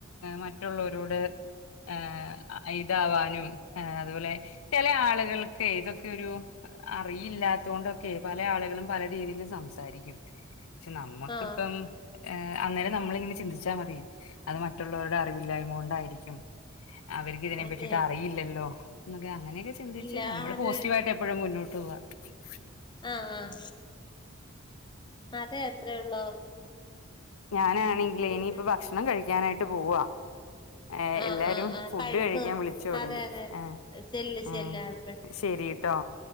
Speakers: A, on the left; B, on the left.
A: മറ്റുള്ളോരോട് ഏ ഇതാവാനുംഏ അതുപോലെ ചെലെ ആളുകൾക്കെയ് ഇതൊക്കെ ഒരു അറിയില്ലാത്തൊണ്ടൊക്കെ പല ആളുകളും പല രീതിയിലും സംസാരിക്കും പക്ഷേ നമ്മക്ക്
B: ആഹ്
A: ഏ അന്നേരം നമ്മളിങ്ങനെ ചിന്തിച്ചാ മതി അത് മറ്റുള്ളവരുടെ അറിവില്ലായ്മ കൊണ്ടായിരിക്കും അവർക്ക് ഇതിനെ
B: അതെ
A: പറ്റിട്ട് അറിയില്ലല്ലോ എന്ന അങ്ങനെയക്കെ ചിന്തിച്ച്
B: ഇല്ല
A: നമ്മള്
B: അതെ
A: പോസിറ്റീവായിട്ട് എപ്പഴും മുന്നോ <unintelligible>
B: ആഹ് ആഹ് അതെ അത്രേ ഉള്ളൂ
A: ഞാനാണെങ്കിലെ
B: പിന്നെ
A: ഇനിയിപ്പ ഭക്ഷണം കഴി ക്കാനായിട്ട് പോവാ ഏഹ്
B: ആഹ്
A: എല്ലാരും
B: ആഹ് ആ
A: ഫുഡ്
B: കഴിപ്പ്
A: കഴിക്കാൻ വിളിച്ചു തൊടങ്ങി
B: അതെ അതെ
A: ഏഹ്
B: ചെല്ല ചെല്ല്
A: ഏഹ്
B: അത് പെട്ടന്ന്
A: ശരിട്ടോ